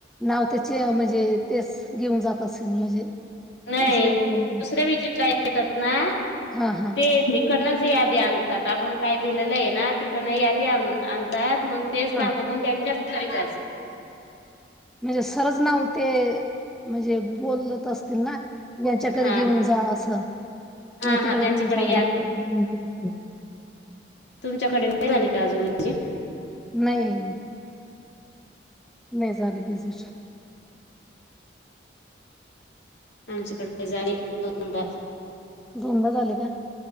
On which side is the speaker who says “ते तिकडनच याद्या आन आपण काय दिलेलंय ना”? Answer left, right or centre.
Left